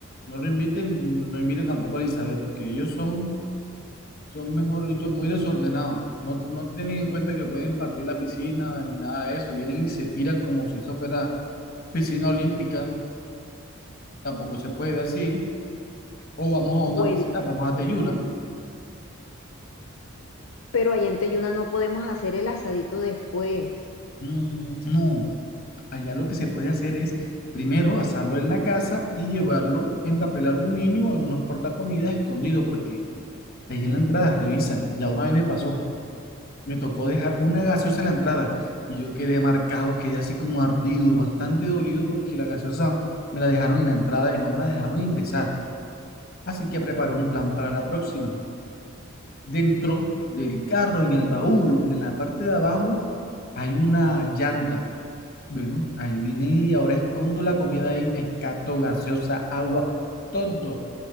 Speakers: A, on the left; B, on the left.
A: no lo inviten, no inviten tampoco a Elizabeth, porque ellos son, son mejor dicho, muy desordenados. No, no tienen en cuenta que pueden partir la piscina, ni nada de eso. Vienen y se tiran como si eso fuera piscina olímpica, tampoco se puede así. O vamos a
B: Bueno,
A: una piscina, vamos a Teyuna.
B: pero allá en Teyuna no podemos hacer el asadito después.
A: Mm, no, allá lo que se puede hacer es primero asarlo en la casa y llevarlo en papel aluminio o en unos portacomidas escondidos, porque Ahí en la entrada revisan. Ya una vez me pasó. Me tocó dejar una gaseosa en la entrada y yo quedé marcado, quedé así como ardido, bastante dolido porque la gaseosa me la dejaron en la entrada y no me la dejaron ingresar. Así que preparé un plan para la próxima. Dentro del carro, en el baúl, en la parte de abajo, hay una llanta. Bueno, ahí vine y ahora escondo la comida ahí, me cato gaseosa, agua, todo